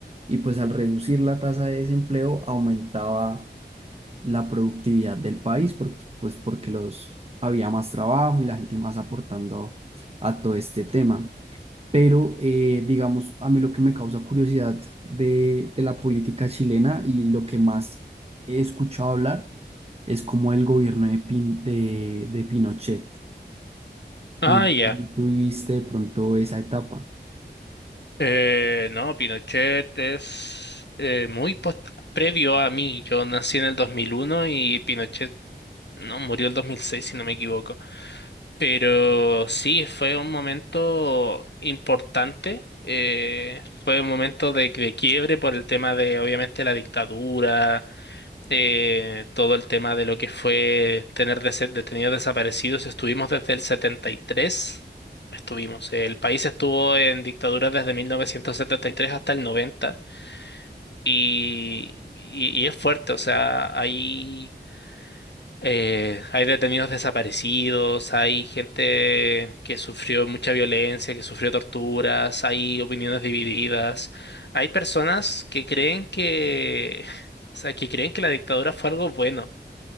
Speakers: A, on the right (about 35°); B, on the left (about 75°).
A: Y pues al reducir la tasa de desempleo, aumentaba la productividad del país, por- pues porque los, había más trabajo y la gente más aportando a todo este tema. Pero, eh, digamos, a mí lo que me causa curiosidad de, de la política chilena y lo que más he escuchado hablar es como el gobierno de, Pin- de, de Pinochet.
B: Ah,
A: ¿No
B: ya.
A: tuviste de pronto esa etapa?
B: Eh, no, Pinochet es eh, muy post- previo a mí. Yo nací en el 2001 y Pinochet No, murió el 2006, si no me equivoco. Pero sí, fue un momento importante. eh, fue un momento de, de quiebre por el tema de, obviamente, la dictadura, eh, todo el tema de lo que fue tener dese- detenidos desaparecidos. Estuvimos desde el 73. Estuvimos. El país estuvo en dictadura desde 1973 hasta el 90. Y, y, y es fuerte, o sea, ahí eh, hay detenidos desaparecidos, hay gente que sufrió mucha violencia, que sufrió torturas, hay opiniones divididas, hay personas que creen que, <laughs> o sea, que creen que la dictadura fue algo bueno